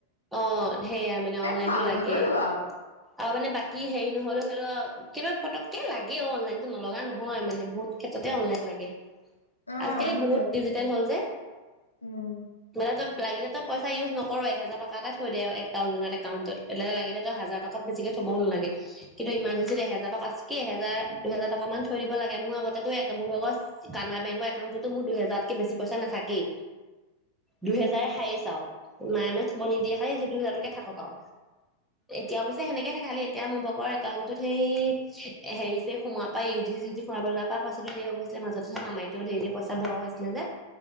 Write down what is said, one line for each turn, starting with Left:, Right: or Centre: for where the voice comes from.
Centre: অ' সেইয়া মানে অনলাইনটো
Left: খাওঁ
Centre: লাগে।
Left: নগ'লো আৰু।
Centre: অ' মানে বাকী হেৰি নহলেৱ ধৰি ল, কিবা পটক্কে লাগে অ' অনলাইন। নলগা নহয়, মানে বহুত যাতে অনলাইন লাগে।
Left: অ',
Centre: আজিকালি
Left: সেইটোৱে
Centre: বহুত ডিজিটেল হ'ল যে।
Left: উম,
Centre: মানে লাগিলে ত‌ই পইচা ইউজ নকৰ। এহেজাৰ ট টকা থৈ দে এটা <unintelligible> একাউণ্টত। এনে লাগিলে তই হাজাৰ টকাত বেছিকে থবও নালাগে । কিন্তু ইমাৰজেঞ্চিত এহেজাৰ বা পাঁচ কি এহেজাৰ- দুহেজাৰ টকা মান থৈ দিব লাগে । মোৰ আগতেতো একদম <unintelligible> কানাডা বেংকৰ একাউণ্টতো মোৰ দুহেজাৰতকে বেছি পইচা নাথাকেই।
Left: উম,
Centre: দুহেজাৰ খায় আছাও। মাই ম টো মই নিদিয়াকে সেই <unintelligible> ততে থাকক আও। এতিয়া পিছে সেনেকে থাকে। খালি এতিয়া মোৰ ভাগৰ একাউণ্টোত সেই হেৰি যে সোমোৱা পৰাই, ইউ জি - চিউ জি ভৰাবলৈৰ পৰা পইচাটো ঢেৰ হৈ গৈছিলে মাজত । মাইতিও ঢেৰ ঢেৰ পইচা ভৰুৱা হৈছিলে যে।